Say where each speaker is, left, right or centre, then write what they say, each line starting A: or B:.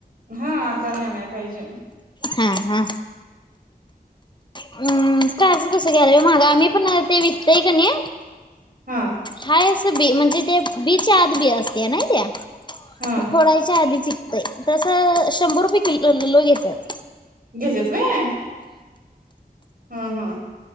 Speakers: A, on the right; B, on the left.
A: हा आता आणि आणय पाहिजे
B: हा हा हम् ताज कस घ्याल माग आम्ही पण ते विकतय कणी
A: हा
B: हाय असं बी म्हणजे ते बीच्या आत बी असतय नाही त्या
A: हा
B: फोडायच्या आधीची ते तसं शंभर रुपये किलो लो घेत्यात
A: घेेत्यात व्हय हम्म हम्म